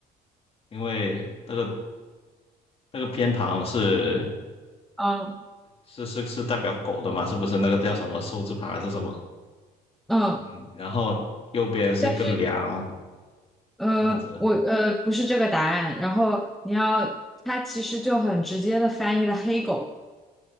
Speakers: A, on the left; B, in the centre.
A: 因为那个那个偏旁是。
B: 嗯
A: 是是是代表狗的嘛？是不是那个叫什么寿字旁还是什么？
B: 嗯，
A: 嗯，然后右边是一个梁，
B: 但是，呃我呃不是这个答案，
A: 这样子。
B: 然后你要，它其实就很直接的翻译了黑狗，